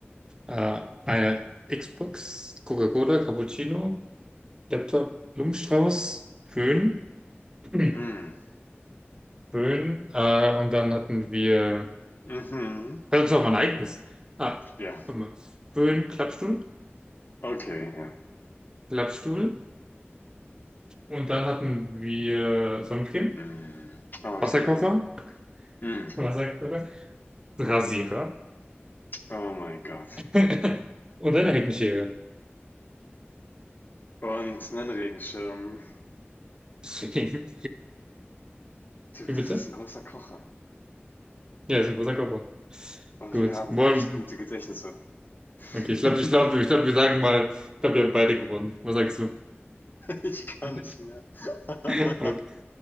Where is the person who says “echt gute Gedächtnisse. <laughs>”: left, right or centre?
Left